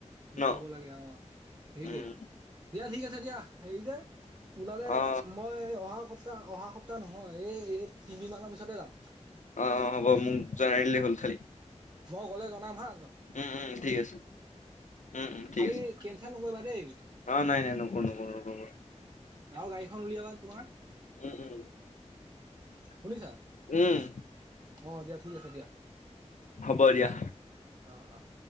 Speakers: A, on the right; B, on the left.
A: লগাব
B: ন
A: লাগে অ সেইটোৱে।
B: উম
A: দিয়া ঠিক আছে দিয়া হেৰি যে ওলালে,
B: অ
A: মই অহা সপ্তাহ অহা সপ্তাহ নহয়। অ' এই তিনিদমানৰ পিছতে যাম।
B: অ' হ'ব মোক জনাদিলেই হ'ল খালি।
A: মই গ'লে জনাম হা।
B: উম, উম। ঠিক আছে। উম উম ঠিক
A: খালী
B: আছে
A: কেনচেল নকৰিবা দেই।
B: অ নাই নাই নকো নকো নো ন।
A: আৰু গাড়ীখন উলিয়াবা তোমাৰ।
B: উম, উম,
A: শুনিছা
B: উম, উম।
A: অ' দিয়া ঠিক আছে দিয়া।
B: ব দিয়া।
A: আহ, আহ।